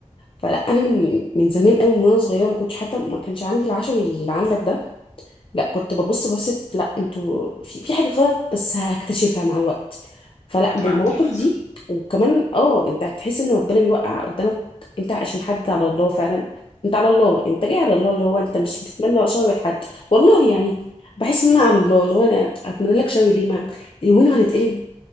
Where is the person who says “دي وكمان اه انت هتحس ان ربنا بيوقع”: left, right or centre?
Left